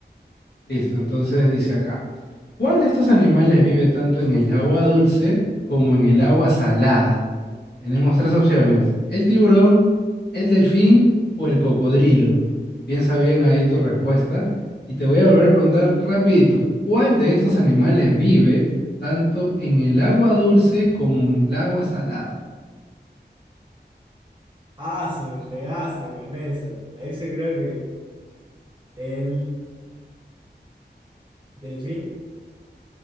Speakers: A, on the left (about 70°); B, on the right (about 25°).
A: Listo, entonces dice acá, ¿cuál de estos animales vive tanto en el agua dulce como en el agua salada? Tenemos tres opciones, el tiburón, el delfín o el cocodrilo. Piensa bien ahí tu respuesta y te voy a volver a preguntar rapidito, ¿cuál de estos animales vive tanto en el agua dulce como en el agua salada?
B: Ah, su, me fregaste con esa. A ese creo que el delfín,